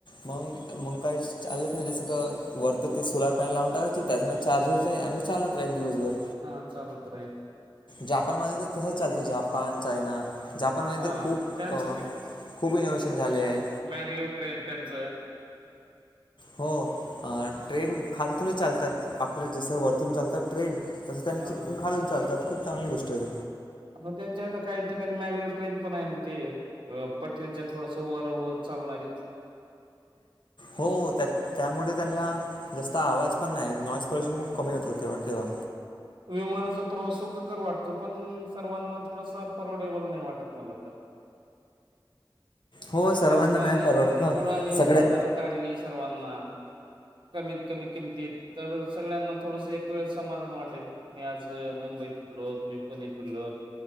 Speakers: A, on the left; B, on the right.
A: मग मग काही चालत नाही
B: भविष्यात
A: जस का वर तर ते सोलर पॅनल लावून टाकायची. त्यान चार्ज होत जाईल. आणि चालत राहील दिवसभर.
B: हा चालत राहील.
A: जापानमध्ये तर तसच चालत. जापान, चायना जापानमध्ये
B: हा
A: तर खूप
B: त्यांचं
A: अ खूप इनोव्हेशन झाले आहे.
B: मॅगलीव ट्रेन त्यांच
A: हो ट्रेंड खालतून चालतात. आपल जस वर तुन चालतात ट्रेन. तस त्यांची
B: हा
A: पण खालून चालतात. खूप चांगली गोष्ट आहे.
B: मग त्यांच्या आता काही ठिकाणी मॅगले ट्रेन पण आहे ना ते. अ पटरीच्या थोडस वर वर चालणारी.
A: हो त्या त्यामुळे त्यांना जास्त आवाज पण नाही, नॉइस पोल्युशन
B: हम्म
A: खूप कमी होत. हो ठेवा.
B: विमानाचा प्रवास सुखकर वाटतो पण, सर्वांना थोडासा परवडेबल नाही वाटत मला तर‌.
A: हो सर्वांना
B: शासनानी
A: नाही परवडत ना
B: उडान योजना
A: सगळ्या
B: जर काढली सर्वांना कमीत कमी किमतीत. तर सगळ्यांना थोडस एक वेळ समाधान वाटेल. मी आज मुंबई फिरलोत, मी पुणे फिरलोत.